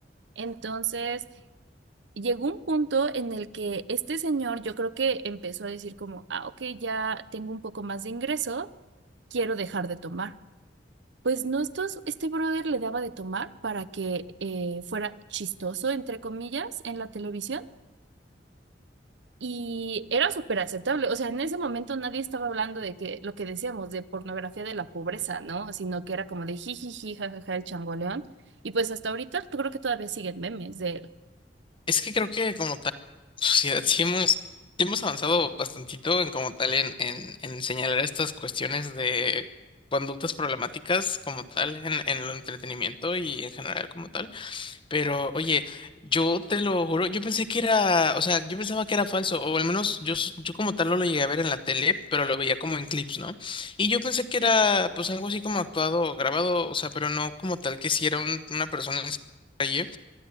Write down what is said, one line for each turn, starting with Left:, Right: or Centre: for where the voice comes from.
Right: Entonces, llegó un punto en el que este señor yo creo que empezó a decir como, ah, ok, ya tengo un poco más de ingreso, quiero dejar de tomar. Pues no, estos, este brother le daba de tomar para que eh, fuera chistoso, entre comillas, en la televisión y era súper aceptable. O sea, en ese momento nadie estaba hablando de que lo que decíamos de pornografía de la pobreza, ¿no? Sino que era como de jijiji, jajaja, el changoleón. Y pues hasta ahorita yo creo que todavía siguen memes de él.
Left: Es que creo que como tal, sociedad, sí hemos, sí hemos avanzado bastantito en como tal en, en, en señalar estas cuestiones de conductas problemáticas como tal en, en el entretenimiento y en general como tal. Pero oye, yo te lo juro, yo pensé que era, o sea, yo pensaba que era falso, o al menos yo, s- yo como tal no lo llegué a ver en la tele, pero lo veía como en clips, ¿no? Y yo pensé que era pues algo así como actuado o grabado, o sea, pero no como tal que si era un- una persona en la calle